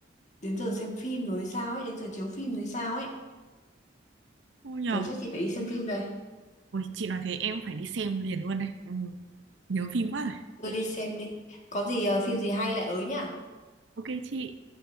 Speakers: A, on the left; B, on the right.
A: đến giờ xem phim rồi hay sao ấy, đến giờ chiếu phim rồi hay sao ấy.
B: ôi nhờ
A: Giờ chắc chị phải đi xem phim đây.
B: Ôi, chị nói thế em phải đi xem liền luôn đây. Ừ. Nhớ phim quá rồi.
A: Rồi đi xem đi. Có gì ờ, phim gì hay lại ới nhá.
B: Ok chị.